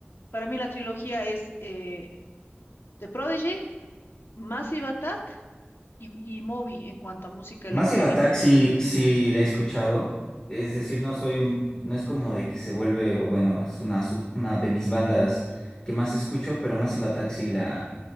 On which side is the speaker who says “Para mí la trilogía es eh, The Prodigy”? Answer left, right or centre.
Left